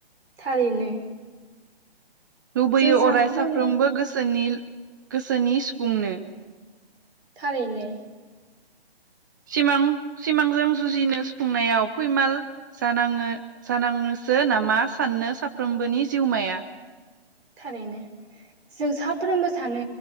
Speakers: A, on the right (about 75°); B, on the right (about 20°).
A: थारैनो।
B: लुबैयो
A: जों सानफ्रोमबो
B: अराय साफ्रोमबो गोसोनि गोसोनि सफुंनो।
A: थारैनो।
B: सिमां सिमांजों जुजिनो सुफुंनायाव फैमाल जानाङो जानाङोसो नामा साननो साफ्रोमबोनि जिउमाया।
A: थारैनो। जों साफ्रोमबो सानो